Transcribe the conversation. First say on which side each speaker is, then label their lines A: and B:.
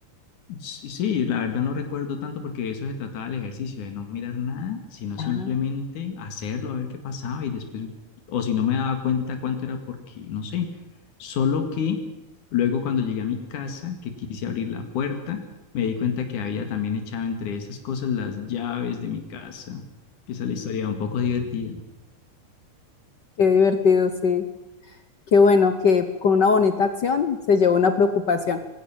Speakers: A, on the left (about 80°); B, on the left (about 60°).
A: Sí, sí, la verdad no recuerdo tanto porque de eso se trataba el ejercicio, de no mirar nada, sino
B: Ah,
A: simplemente hacerlo, a ver qué pasaba y después, o si no me daba cuenta cuánto era porque, no sé, solo que luego cuando llegué a mi casa, que quise abrir la puerta, me di cuenta que había también echado entre esas cosas las llaves de mi casa, que esa es la historia un poco divertida.
B: Qué divertido, sí. Qué bueno que con una bonita acción se llevó una preocupación,